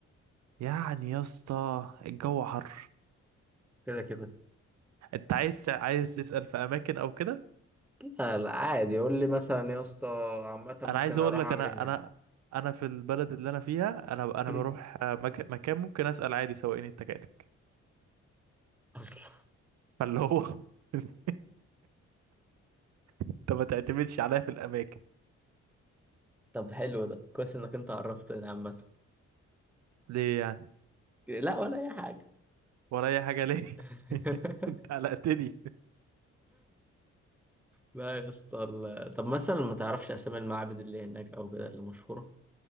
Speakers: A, on the right; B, in the centre.
A: يعني يا اسطى الجو حر
B: كده كده
A: انت عايز تع- عايز تسأل في اماكن او كده
B: لا لا عادي قول لي مثلا يا اسطى عامة ممكن
A: انا عايز اقول
B: أروح
A: لك
B: أعمل
A: انا
B: إيه هناك
A: انا انا في البلد اللي انا فيها انا انا
B: <clears throat>
A: بروح آه، مك... مكان ممكن اسأل عادي سواقين التكاتك
B: أصلا
A: فاللي هو <laughs> انت ما تعتمدش عليا في الاماكن
B: طب حلو ده كويس انك انت عرفتني عامة
A: ليه يعني
B: لا ولا اي حاجة
A: ورايا حاجه ليه
B: <laughs>
A: <laughs> انت قلقتني
B: لا يا اسطى ال- طب مثلا ما تعرفش اسامي المعابد اللي هناك او كده اللي مشهورة